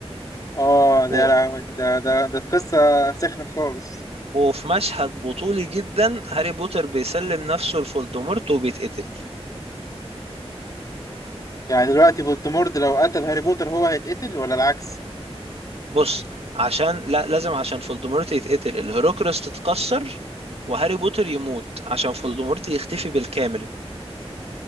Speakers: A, on the left; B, on the right.
A: اه ده
B: و...
A: يا لهوي ده ده ده قصة سخنت خالص
B: وفي مشهد بطولي جدا هاري بوتر بيسلم نفسه لفولدمورت وبيتقتل
A: يعني دلوقتي فولتمورت لو قتل هاري بوتر هو هيتقتل ولا العكس
B: بص عشان لا لازم عشان فولدمورت يتقتل الهوروكريس تتكسر وهاري بوتر يموت عشان فولدمورت يختفي بالكامل